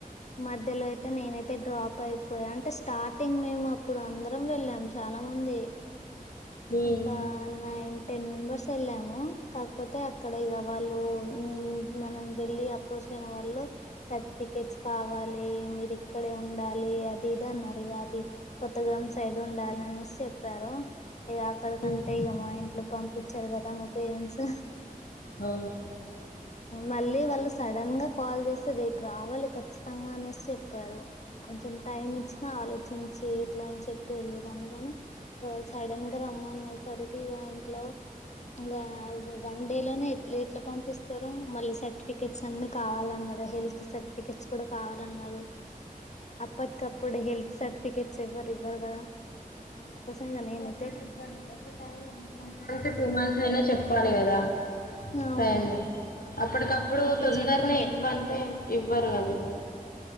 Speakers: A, on the left (about 50°); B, on the left (about 75°).
A: మధ్యలో అయితే నేనైతే డ్రాప్ అయి పోయి అంటే స్టార్టింగ్ మేము అప్పుడు అందరం వెళ్ళాము చాలా మంది
B: ఉమ్,
A: ఒకా నైన్ టెన్ మెంబర్స్ వెళ్ళాము కాకపోతే అక్కడ ఇగ వాళ్ళు ఉంహా వెళ్ళి అప్రోచ్ అయిన వాళ్ళ సర్ఫికెట్స్ కావాలి మీరిక్కడే ఉండాలి అది ఇది అన్నారుగా అది కొత్తగూడెం సైడ్ ఉండాల అనేసి చెప్పారు ఇక అక్కడ కంటే
B: ఉమ్,
A: ఇక మా ఇంట్లో పంపించరు కదా మా పేరెంట్స్
B: అవును
A: మళ్ళీ వాళ్ళు సడన్ గా కాల్ చేసి రేపు రావాలి ఖచ్చితంగా అనేసి చెప్పారు కొంచెం టైం ఇచ్చినా ఆలోచించి ఇట్లా అని చెప్పి వెళ్ళేదాన్ని గాని వాళ్ళు సడన్ రమణేసరికే మా ఇంట్లో ఇంకా వన్ డే లోనే ఎ ఎట్లా పంపిస్తారో మళ్ళీ సర్టిఫికెట్స్ అన్ని కావాలన్న న హెల్త్ సర్టిఫికెట్స్ కూడా కావాలన్నారు అప్పటికప్పుడు హెల్త్ సర్టిఫికేట్స్ ఎవ్వరు ఇవ్వరు కదా అందుకోసం ఇగ నిను
B: ప్పుడే ఇవ్వరు వన్ టైంత మంత్ టూ మంత్స్ అయినా చెప్పాలి కదా
A: అవును
B: అదే అప్పటికప్పుడు
A: అట్లా
B: తొందర్నే
A: చెప్పలే
B: ఇవ్వంటే ఇవ్వరు కదా ఎవ్వరు